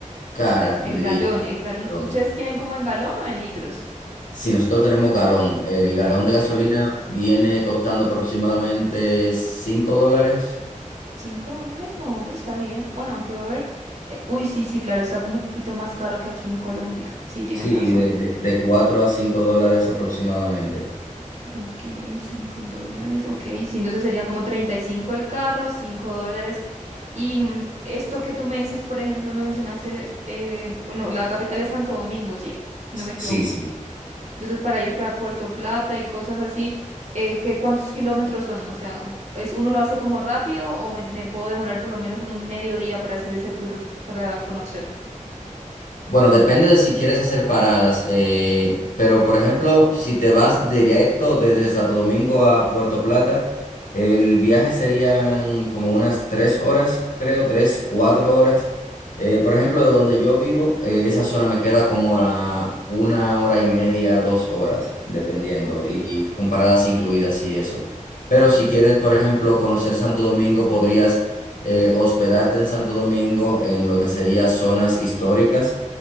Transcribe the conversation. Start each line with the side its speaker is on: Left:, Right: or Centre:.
Left: cara,
Right: El
Left: diría.
Right: galón,
Left: yo.
Right: el galón.
Left: pero
Right: ¿Ustedes tienen como en galón o en litros?
Left: Sí, nosotros tenemos galón. El galón
Right: Ok.
Left: de gasolina viene costando aproximadamente 5 dólares.
Right: ¿Cinco dólares? No, pero está bien. Bueno, aunque va a haber... eh, uy, sí, sí, claro, está como un poquito más caro que aquí en Colombia. Sí, tienes
Left: Sí,
Right: razón.
Left: de, de, de 4 a 5 dólares aproximadamente.
Right: Ok, 5 dólares. Ok, sí, entonces sería como 35 el carro, 5 dólares. Y mm, esto que tú me dices, por ejemplo, me mencionaste, eh, bueno, la capital es Santo Domingo, ¿sí? Si no me equivoco.
Left: Sí, sí.
Right: Entonces, para ir para Puerto Plata y cosas así, eh, ¿qué, cuántos kilómetros son? O sea, ¿es, uno lo hace como rápido o me, me puedo demorar por lo menos un mediodía para hacer ese tour, para conocer?
Left: Bueno, depende de si quieres hacer paradas, eh, pero por ejemplo, si te vas directo desde Santo Domingo a Puerto Plata, el viaje serían como unas tres horas, creo, tres, cuatro horas. Eh, por ejemplo, de donde yo vivo, eh, esa zona me queda como a una hora y media, dos horas, dependiendo,
Right: Ok,
Left: y con paradas incluidas y eso. Pero si quieres, por ejemplo, conocer Santo Domingo, podrías eh, hospedarte en Santo Domingo en lo que serían zonas históricas